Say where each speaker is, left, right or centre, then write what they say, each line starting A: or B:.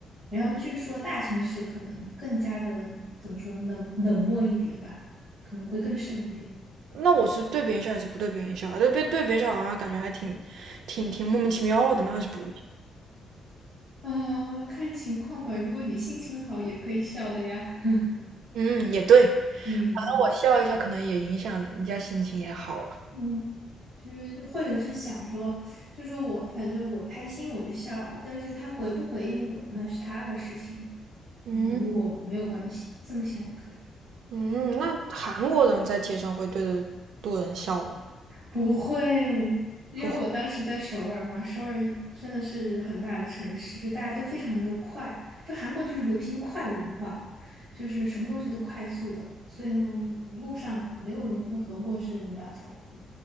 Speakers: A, on the right; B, on the right.
A: 然后据说大城市可能更加的怎么说冷冷漠一点吧，可能会更甚一点。
B: 那我是对别人笑还是不对别人笑啊？对对对别人笑好像感觉还挺挺挺莫名其妙的，那是不？
A: 呃，看情况吧。如果你心情好，也可以笑的呀。<laughs>
B: 嗯，也对。
A: 嗯
B: 反正我笑一下，可能也影响人家心情也好了。
A: 嗯，就是或者是想说，就说我反正我开心我就笑，但是他回不回应我那是他的事情，
B: 嗯
A: 嗯，与我没有关系，这么想也可以。
B: 嗯，那韩国人在街上会对着路人笑吗？
A: 不会，因为我当时在首尔嘛，
B: 不
A: 首尔一真的是很大的城市，就大家都非常的快，就韩国就是流行快文化，就是什么东西都快速的，所以呢，路上没有人会和陌生人打招呼。